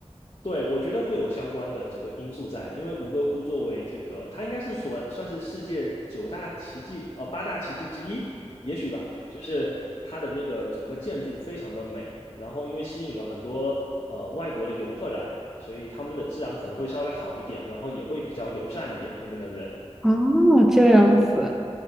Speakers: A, on the left; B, in the centre.
A: 对，我觉得会有相关的这个因素在，因为吴哥窟作为这个，它应该是算算是世界九大奇迹，呃，八大奇迹之一，也许吧。就是它的那个整个建筑非常的美，然后因为吸引了很多呃外国的游客来，所以他们的治安可能会稍微好一点，然后也会比较友善一点那边的人。
B: 哦，这样子。